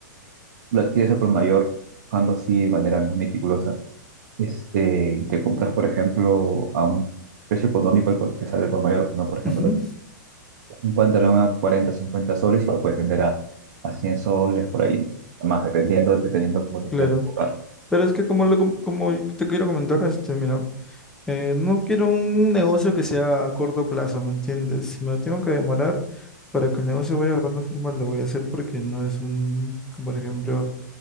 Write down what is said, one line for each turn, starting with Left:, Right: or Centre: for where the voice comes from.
Right: lo adquieres al por mayor, buscando así de manera muy meticulosa. Este, te compras, por ejemplo, a un precio económico al por- que sale el por mayor, ¿no? Por ejemplo,
Centre: ujú,
Right: un pantalón a 40 50 soles y lo puedes vender a, a 100 soles por ahí, ¿no? Más dependiendo, dependiendo cómo te
Centre: Claro.
Right: quieras enfocar.
Centre: Pero es que como, lo, com- como te quiero comentar, este, mira. Eh, no quiero un negocio que sea a corto plazo, ¿me entiendes? Si me lo tengo que demorar para que el negocio vaya agarrando forma, lo voy a hacer porque no es un, como por ejemplo,